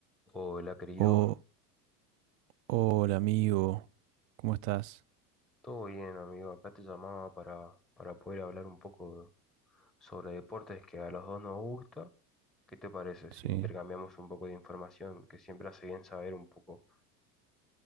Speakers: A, in the centre; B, on the right.
A: Hola, querido.
B: Oh, hola amigo, ¿cómo estás?
A: Todo bien, amigo. Acá te llamaba para, para poder hablar un poco sobre deportes que a los dos nos gusta. ¿Qué te parece si
B: Sí,
A: intercambiamos un poco de información que siempre hace bien saber un poco?